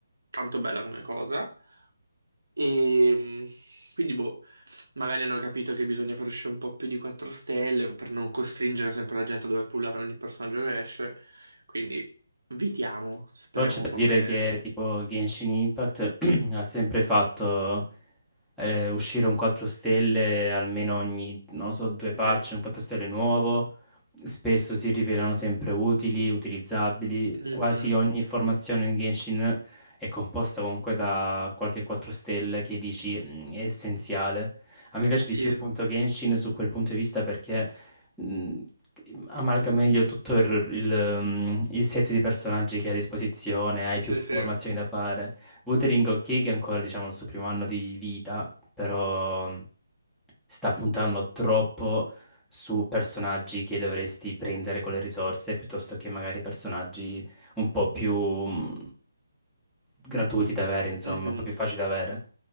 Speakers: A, on the right; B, in the centre.
A: tanto bella come cosa. E mh, quindi, boh, magari hanno capito che bisogna far uscire un po' più di 4 stelle per non costringere sempre la gente a dover pullare ogni personaggio che esce. Quindi, vitiamo, speriamo
B: Però c'è da
A: come
B: dire che tipo Genshin Impact <clears throat> ha sempre fatto eh, uscire un 4 stelle almeno ogni, non lo so, due patch,
A: vero.
B: un 4 stelle nuovo. Spesso si rivelano sempre utili, utilizzabili.
A: Mhm.
B: Quasi ogni formazione in Genshin è composta comunque da qualche 4 stelle che dici "Mm, è essenziale. A me piace
A: Sì,
B: di più appunto Genshin su quel punto di vista perché mh, amalga meglio tutto il, il, mm, il set di personaggi che hai a disposizione, hai
A: sì,
B: più formazioni
A: sì.
B: da fare. Wuthering ok che è ancora diciamo il suo primo anno di vita, però mhmm, sta puntando troppo su personaggi che dovresti prendere con le risorse piuttosto che magari personaggi un po' più mm, gratuiti da avere, insomma,
A: Mhm.
B: un po' più facili da avere.